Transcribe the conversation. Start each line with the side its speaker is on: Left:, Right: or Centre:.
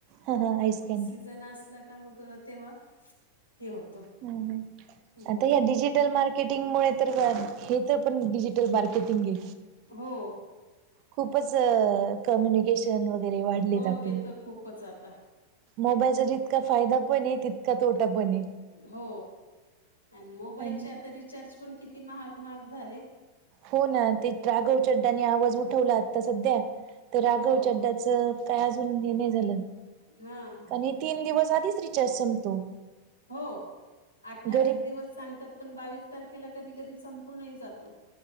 Right: ह ह
Left: तर
Right: आईस
Left: मग
Right: कँडी
Left: सीझन असला का मग तेव्हा हे होतं.
Right: हम् ह
Left: हम्म.
Right: आता या डिजिटल मार्के मार्केटिंग मुळे तर हे तर पण डिजिटल मार्केटिंग घे.
Left: हो.
Right: खूपच कम्युनिकेशन वगैरे वाढलेत
Left: हो
Right: आपले.
Left: ते तर खूपच आता
Right: मोबाईलचा जितका फायदा पण आहे तितका तोटा पण आहे.
Left: हो आणि मोबाईलचे
Right: आणि
Left: आता रिचार्ज पण किती महाग महाग झाले.
Right: हो ना ते राघव चड्डानी आवाज उठवला आता सध्या तर राघव
Left: हो
Right: चड्डाच काय अजून नि नाहीय झालं
Left: हा
Right: आणि तीन
Left: तेच
Right: दिवस
Left: की
Right: आधीच रिचार्ज संपतो.
Left: हो अठ्ठावीस
Right: गरीब
Left: दिवस सांगतात पण बावीस तारखेला कधी कधी संपूनही जातो.